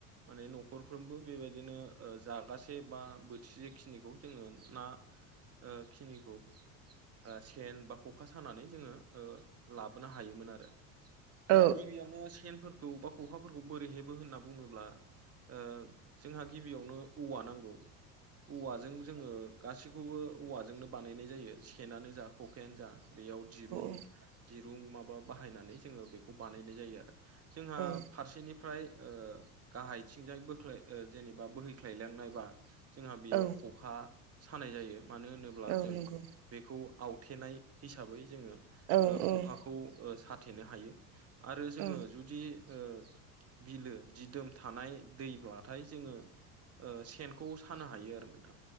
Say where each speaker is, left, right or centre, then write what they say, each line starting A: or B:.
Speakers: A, on the right; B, on the right.
A: माने न'खरफ्रोमबो बेबायदिनो ओ जागासे बा बोथिसेखिनिखौ जोंङो ना ओ खिनिखौ ओ सेन बा ख'खा सानानै जोङो ओ लाबो मोनो हायोमोन आरो दा
B: औ
A: गिबियावनो सिनफोर। खौ बा खखाफोरखौ बोरै हेबो होनना बुंङोब्ला ओ जोंहा गिबियावनो औवा नांगौ। औवाजों जोङो गासैखौबो औवाजोंनो बानायनाय जायो सेनानो जा खकायानो जा बेयाव दिरुं
B: औ
A: दिरुं माबा बाहायनानै जोङो बेखौ बानायनाय जायो आरो। जोंहा
B: औ
A: फारसेनि फ्राय उह गाहायथिंजाय बोख्लाय उह जेनेबा बोहैख्लायलांनाय बा जोंहा बेयाव
B: औ
A: ख'खा सानाय जायो मानो होनोब्ला
B: औ
A: जों
B: नंगौ
A: बेखौ आवथेनाय हिसाबै जोंङो
B: औ औ
A: खौ ओ साथेनो हायो आरो जोंङो
B: औ
A: जुदि ओ बिलो दिदोम थानाय दैब्लाथाय जोंङो ओ सेनखौ सानो हायो आरो नोंथां